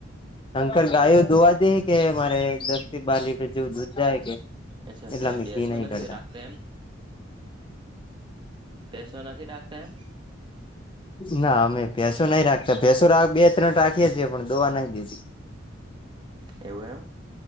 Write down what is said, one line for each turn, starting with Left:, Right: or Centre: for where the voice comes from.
Left: શંકર ગાયો દોવા દે કે મારે દસ થી બાર જેવું દૂધ જાય કે.
Right: અચ્છા
Left: એટલે
Right: તમે
Left: અમેઘી
Right: ભેસો
Left: નહ
Right: નથી
Left: કરતા
Right: રાખતા એમ ભેસો નથી રાખતા એમ
Left: ના અમેભેસો નહ રાખતા ભેસો રા બે ત્રણ રાખીએ છીએ પણ દોવા નહી દે. <inaudible>
Right: એવું એમ.